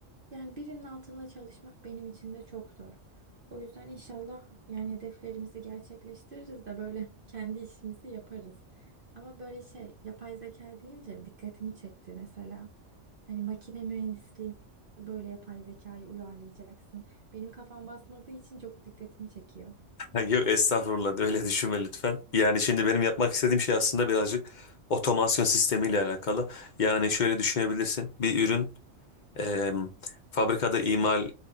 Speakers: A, on the right; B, on the left.
A: Yani birinin altında çalışmak benim için de çok zor. O yüzden inşallah yani hedeflerimizi gerçekleştiririz de böyle <laughs> kendi işimizi yaparız. Ama böyle şey yapay zeka deyince dikkatimi çekti mesela. Hani makine mühendisliğini böyle yapay zekayı uyarlayacaksın. Benim kafam basmadığı için çok dikkatimi çekiyor.
B: <laughs> Yok estağfurullah öyle düşünme lütfen. Yani şimdi benim yapmak istediğim şey aslında birazcık otomasyon sistemiyle alakalı. Yani şöyle düşünebilirsin. Bir ürün e, fabrikada imal